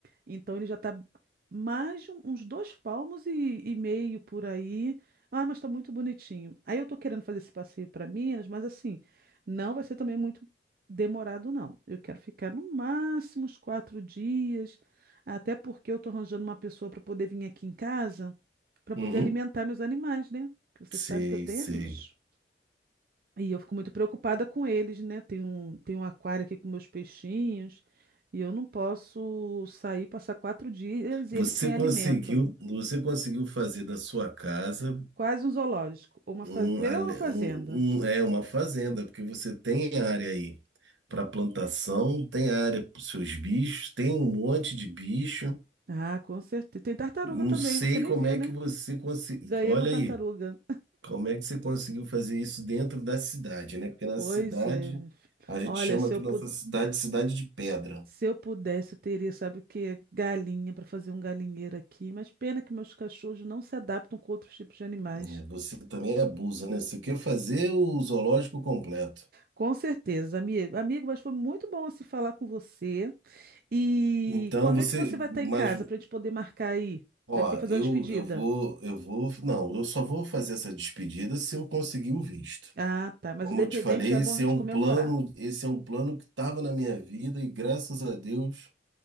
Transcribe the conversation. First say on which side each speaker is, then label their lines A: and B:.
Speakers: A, on the right; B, on the right.
A: Então ele já está mais de um- uns dois palmos e, e meio por aí. Ah, mas está muito bonitinho. Aí eu estou querendo fazer esse passeio para Minas, mas assim, não vai ser também muito demorado, não. Eu quero ficar no máximo uns quatro dias, até porque eu estou arranjando uma pessoa para poder vir aqui em casa, para
B: Uhum,
A: poder alimentar meus animais, né? Que você
B: sei,
A: sabe que eu tenho
B: sei.
A: é bicho. E eu fico muito preocupada com eles, né? Tem um, tem um aquário aqui com meus peixinhos e eu não posso sair, passar quatro dias e
B: Você
A: eles sem
B: conseguiu,
A: alimento.
B: você conseguiu fazer da sua casa.
A: Quase um zoológico. Ou uma
B: Um,
A: faz... Melhor
B: ale-
A: uma fazenda.
B: um, um- é uma fazenda, porque você tem área aí para plantação, tem área para os seus bichos, tem um monte de bicho.
A: Ah, com certeza. Tem tartaruga
B: Não
A: também,
B: sei
A: você nem
B: como
A: viu,
B: é
A: né?
B: que você conseguiu.
A: Ganhei
B: Olha
A: uma tartaruga.
B: aí, como é que você conseguiu fazer isso dentro da cidade, né? Porque na
A: Pois
B: cidade,
A: é, meu filho.
B: a gente
A: Olha,
B: chama
A: se
B: aqui
A: eu,
B: nossa
A: pu-
B: cidade, cidade de pedra.
A: se eu pudesse, eu teria, sabe o quê? Galinha para fazer um galinheiro aqui. Mas pena que meus cachorros não se adaptam com outros tipos de animais.
B: né? Você também abusa, né? Você quer fazer o zoológico completo.
A: Com certeza, amigo. Amigo, mas foi muito bom se falar com você. E
B: Então
A: quando
B: você,
A: é que você vai
B: mas
A: estar em casa para a gente poder marcar aí?
B: Ó,
A: A gente tem que fazer
B: eu,
A: uma despedida.
B: eu vou, eu vou, não, eu só vou fazer essa despedida se eu conseguir o visto.
A: Ah, tá. Mas
B: Como
A: independente,
B: eu te falei,
A: já é
B: esse
A: bom a gente
B: é um
A: comemorar.
B: plano, esse é um plano que estava na minha vida e graças a Deus